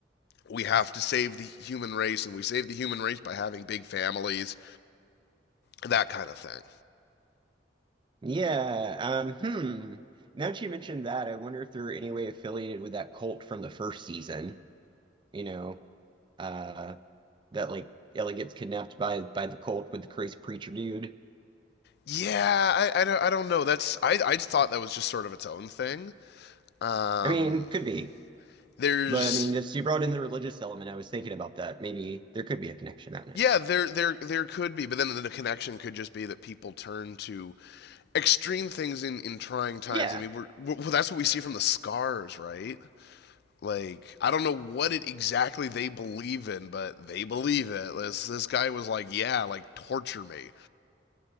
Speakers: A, on the left; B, on the right.
A: we have to save the human race and we save the human race by having big families, that kind of thing.
B: Yeah. Um. Hmm. Now that you mentioned that, I wonder if they're any way affiliated with that cult from the first season. You know, uh, that like Ellie gets kidnapped by by the cult with the crazy preacher dude.
A: Yeah, I, I, don't, I don't know. That's I I thought that was just sort of its own thing. Um,
B: I mean, could be,
A: there's
B: but I mean, just you brought in the religious element. I was thinking about that. Maybe there could be a connection. out now.
A: yeah, there there there could be, but then the connection could just be that people turn to extreme things in in trying times.
B: Yeah.
A: I mean, we're, we well, that's what we see from the scars, right? Like I don't know what it exactly they believe in, but they believe it. This this guy was like, yeah, like torture me,